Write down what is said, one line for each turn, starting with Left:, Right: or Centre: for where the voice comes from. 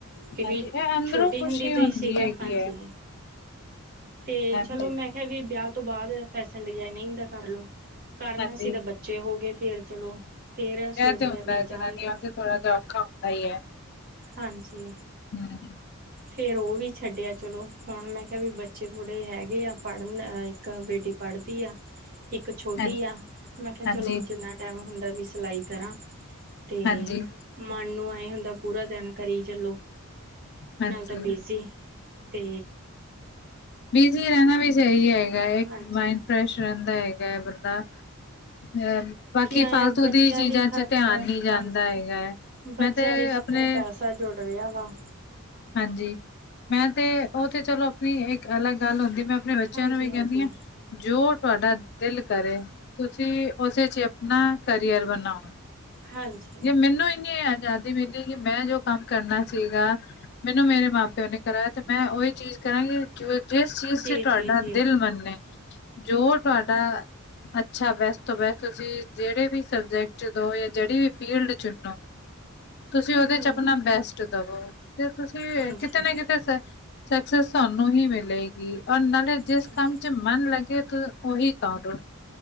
Right: ਕਿ ਵੀ,
Left: ਹਾਂਜੀ ਇਹ ਅੰਦਰੋਂ
Right: ਛੋਟੀ
Left: ਖੁਸ਼ੀ
Right: ਹੁੰਦੀ ਤੋਂ ਹੀ ਸੀਗਾ,
Left: ਹੈਗੀ
Right: ਹਾਂਜੀ।
Left: ਹੈ
Right: ਤੇ
Left: ਹਾਂਜੀ
Right: ਚਲੋ, ਮੈਂ ਕਿਹਾ ਵੀ ਵਿਆਹ ਤੋਂ ਬਾਅਦ ਫੈਸ਼ਨ ਡਿਜਾਇਨਿੰਗ ਦਾ ਕਰ ਲਓ, ਕਰਨਾ
Left: ਹਾਂਜੀ
Right: ਸੀ ਤੇ ਬ ਬੱਚੇ ਹੋ ਗਏ ਫੇਰ ਚਲੋ। ਫੇਰ ਸੋਚ
Left: ਐਹ ਤੇ
Right: ਲਿਆ
Left: ਹੁੰਦਾ
Right: ਵੀ
Left: ਹੈ ਜਨਾਨੀਆਂ
Right: ਜਾਣ ਦੋ
Left: ਵਾਸਤੇ, ਥੋੜ੍ਹਾ ਜਿਹਾ ਔਖਾ ਹੁੰਦਾ ਈ ਐ।
Right: ਹਾਂਜੀ
Left: ਹਮ
Right: ਫਿਰ ਉਹ ਵੀ ਛੱਡਿਆ ਚਲੋ ਹੁਣ ਮੈਂ ਕਿਹਾ ਵੀ ਬੱਚੇ ਥੋੜ੍ਹੇ ਹੈਗੇ ਆ ਪੜ੍ਹਨ ਇੱਕ ਬੇਟੀ ਪੜ੍ਹ ਇੱਕ ਛੋਟੀ
Left: ਹਾਂਜੀ
Right: ਆ ਮੈਂ ਕਿਹਾ
Left: ਹਾਂਜੀ
Right: ਚਲੋ ਜਿੰਨਾ ਟਾਈਮ ਹੁੰਦਾ ਵੀ ਸਿਲਾਈ ਕਰਾਂ ਤੇ
Left: ਹਾਂਜੀ
Right: ਮਨ ਨੂੰ ਆਏ ਹੁੰਦਾ ਪੂਰਾ ਦਿਨ ਕਰੀ ਚਲੋ
Left: ਹਾਂਜੀ
Right: ਨਾਲ ਤਾਂ ਬਿਜ਼ੀ ਅਤੇ
Left: ਬਿਜ਼ੀ ਰਹਿਣਾ ਵੀ ਸਹੀ ਹੈਗਾ ਹੈ ਇੱਕ
Right: ਹਾਂਜੀ
Left: ਮਾਈੰਡ ਫਰੈਸ਼ ਰਹਿੰਦਾ ਹੈਗਾ ਹੈ ਬੰਦਾ ਅ ਬਾਕੀ
Right: ਆਏ
Left: ਫਾਲਤੂ
Right: ਆ ਬੱਚਿਆਂ
Left: ਦੀ ਚੀਜਾਂ
Right: ਖਾਤਰ
Left: ਚ ਧਿਆਨ
Right: ਹਾਂਜੀ
Left: ਨੀ ਜਾਂਦਾ ਹੈਗਾ ਐ।
Right: ਬੱਚਿਆਂ
Left: ਮੈਂ ਤੇ
Right: ਦੀ ਖਾਤਰ
Left: ਅਪਣੇ
Right: ਪੈਸਾ ਜੁੜ ਰਿਹਾ ਵਾ।
Left: ਹਾਂਜੀ, ਮੈਂ ਤੇ, ਉਹ ਤੇ ਚਲੋ ਆਪਣੀ ਇੱਕ ਅਲੱਗ ਗੱਲ ਹੁੰਦੀ ਮੈਂ ਆਪਣੇ ਬੱਚਿਆਂ
Right: ਹਾਂਜੀ
Left: ਨੂੰ ਵੀ
Right: ਹਾਂਜੀ
Left: ਕਹਿੰਨੀ ਆਂ। ਜੋ ਤੁਹਾਡਾ ਦਿਲ ਕਰੇ, ਤੁਸੀਂ ਉਸੇ 'ਚ ਆਪਣਾ ਕਰੀਅਰ ਬਣਾਓ।
Right: ਹਾਂਜੀ
Left: ਜੇ ਮੈਨੂੰ ਇੰਨੀ ਅਜ਼ਾਦੀ ਮਿਲੀ ਕਿ ਮੈਂ ਜੋ ਕੰਮ ਕਰਨਾ ਸੀਗਾ, ਮੈਨੂੰ ਮੇਰੇ ਮਾਂ ਪਿਓ ਨੇ ਕਰਾਇਆ, ਤੇ ਮੈਂ ਉਹੀ ਚੀਜ਼ ਕਰਾਂਗੇ ਜੋ ਜਿਸ ਚੀਜ਼
Right: ਜੀ
Left: ਤੇ ਤੁਹਾਡਾ
Right: ਜੀ ਜੀ
Left: ਦਿਲ ਮੰਨੇ, ਜੋ ਤੁਹਾਡਾ ਅੱਛਾ ਬੈਸਟ ਤੋਂ ਬੈਸਟ ਤੁਸੀਂ, ਜਿਹੜੇ ਵੀ ਸਬਜੈਕਟ 'ਚ ਦੋ ਜਾਂ ਜਿਹੜੀ ਵੀ ਫੀਲਡ ਚੁਣੋ, ਤੁਸੀਂ
Right: ਹਮ
Left: ਉਹਦੇ
Right: ਹਮ
Left: 'ਚ ਆਪਣਾ ਬੈਸਟ ਦਵੋ। ਤੇ ਤੁਸੀਂ,
Right: ਹਾਂਜੀ
Left: ਕਿਤੇ ਨਾ ਕਿਤੇ ਸਕਸੈਸ ਤੁਹਾਨੂੰ ਹੀ ਮਿਲੇਗੀ, ਹੋਰ ਨਾਲੇ ਜਿਸ
Right: ਹਾਂਜੀ
Left: ਕੰਮ 'ਚ ਮਨ ਲੱਗੇ ਤੁਹ ਉਹੀ ਕਰੋ,